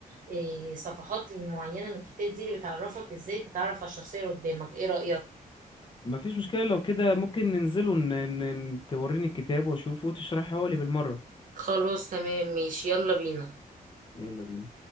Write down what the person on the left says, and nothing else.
ما فيش مشكلة لو كده ممكن ننزل ون... ن... ن- توريني الكتاب وأشوفه وتشرحه لي بالمرة
يلا بينا